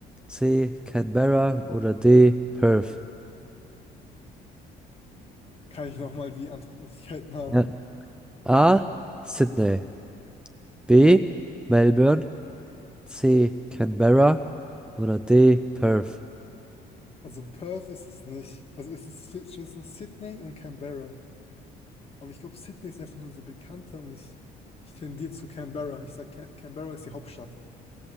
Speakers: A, in the centre; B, on the left.
A: C. Canberra oder D. Perth.
B: Kann ich nochmal die Antwortmöglichkeiten haben?
A: Ja. A. Sydney, B. Melbourne, C. Canberra oder D. Perth.
B: Also Perth ist es nicht. Also ist es ist zwischen Sydney und Canberra. Aber ich glaube, Sydney ist einfach nur so bekannter und ich, ich tendiere zu Canberra. Ich sag, Canberra ist die Hauptstadt.